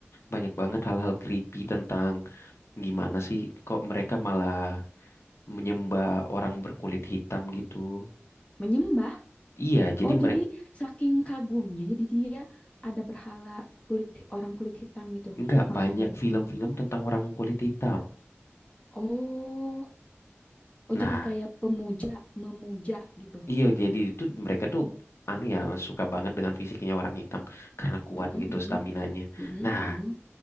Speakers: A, on the left; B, on the left.
A: Banyak banget hal-hal creepy tentang gimana sih kok mereka malah menyembah orang berkulit hitam gitu.
B: Menyembah.
A: Iya, jadi
B: Oh, jadi
A: mereka
B: saking kagumnya, jadi dia ada berhala kulit orang kulit hitam gitu
A: nggak
B: maksudnya.
A: banyak film-film tentang orang kulit hitam.
B: Oh, oh
A: Nah,
B: jadi kayak pemuja, memuja gitu.
A: Iya, jadi itu mereka tuh anu ya suka banget dengan fisiknya orang hitam karena kuat
B: Mm-mm, mm-mm,
A: gitu staminanya.
B: mm-mm,
A: Nah,
B: mm-mm,